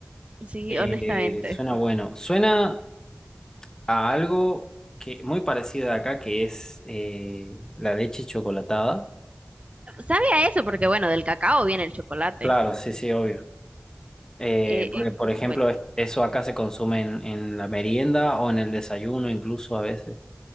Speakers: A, on the right; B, on the left.
A: Sí,
B: Eh,
A: honestamente.
B: suena bueno. Suena a algo que muy parecido de acá, que es eh, la leche chocolatada.
A: Sabe a eso porque bueno, del cacao viene el chocolate.
B: Claro, sí, sí, obvio. Eh,
A: Eh, y,
B: porque, por
A: uf,
B: ejemplo,
A: bueno.
B: es- eso acá se consume en, en la merienda o en el desayuno, incluso a veces.